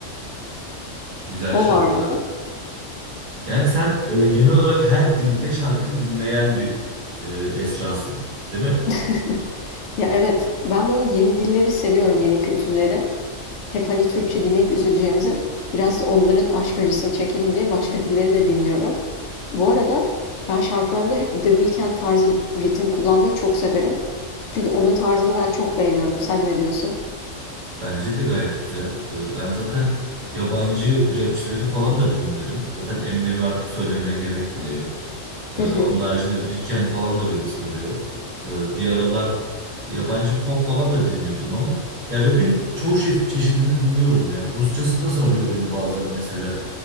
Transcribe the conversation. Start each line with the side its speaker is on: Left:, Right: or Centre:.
Right: Güzel
Left: O
Right: şarkılar.
Left: vardı.
Right: Yani sen e, genel olarak her dilde şarkı dinleyen bir e, Esra'sın, değil mi?
Left: <laughs> Ya evet, ben böyle yeni dilleri seviyorum, yeni kültürleri. Hep hani Türkçe dinleyip üzüleceğimize biraz onların aşk acısını çekelim diye başka dilleri de dinliyorum. Bu arada ben şarkılarımda hep The Weeknd tarzı ritim kullanmayı çok severim. Çünkü onun tarzını ben çok beğeniyorum. Sen ne diyorsun?
Right: Bence de gayet güzel. E, ben zaten yabancı rapçileri falan da dinlerim. Zaten Eminem'i artık söylemeye gerek bile yok. E,
Left: Hı hı.
Right: onun haricinde Weekend falan da beni sarıyor. E, bir aralar yabancı pop falan da dinliyordum ama ya rap'in çoğu şey, çeşidini dinliyorum ya. Rusçası da sarıyor beni bazen mesela.